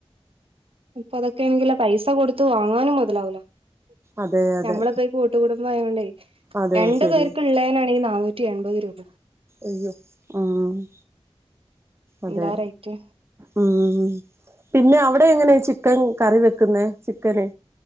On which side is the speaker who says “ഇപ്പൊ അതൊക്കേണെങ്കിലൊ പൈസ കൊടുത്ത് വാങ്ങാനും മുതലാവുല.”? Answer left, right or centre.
Right